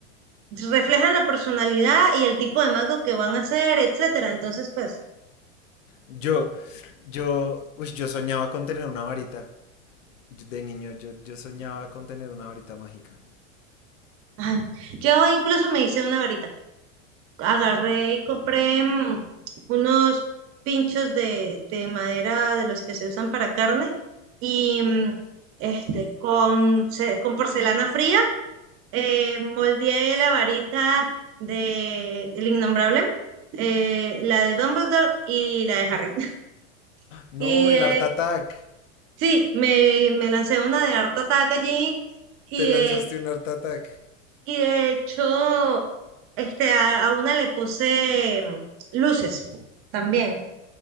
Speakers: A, on the right; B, on the left.
A: reflejan la personalidad y el tipo de mango que van a hacer, etcétera. Entonces, pues,
B: Yo, yo, uy, yo soñaba con tener una varita. Yo- De niño, yo, yo soñaba con tener una varita mágica.
A: ay, yo incluso me hice una varita. Agarré y compré mm, unos pinchos de, de madera de los que se usan para carne y mm, este, con, ce- con porcelana fría eh, moldeé la varita de El Innombrable, eh, la de Dumbledore y la de Harry. <laughs>
B: No,
A: Y
B: el
A: eh,
B: Art Attack.
A: Sí, me, me lancé una de harta ataque allí y
B: Te
A: de,
B: lanzaste un Art Attack.
A: y de hecho este, a, a una le puse mm, luces también,